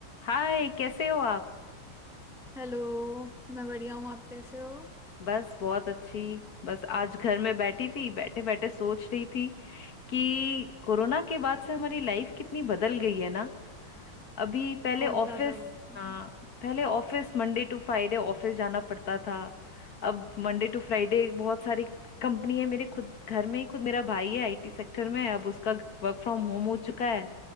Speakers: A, on the left (about 50°); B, in the centre.
A: हाय कैसे हो आप
B: Hello मैं बढ़िया हूँ आप कैसे हो
A: बस बहुत अच्छी बस आज घर में बैठी थी बैठे बैठे सोच रही थी कि कोरोना के बाद से हमारी लाइफ कितनी बदल गई है ना अभी पहले
B: बहुत
A: ऑफिस
B: ज्यादा बढ़िया।
A: हाँ पहले office Monday to Friday office जाना पड़ता था अब मंडे टू फ्राइडे बहुत सारी कंपनी है मेरे खुद घर में ही खुद मेरा भाई है आईटी सेक्टर में अब उसका वर्क फ्रॉम होम हो चुका है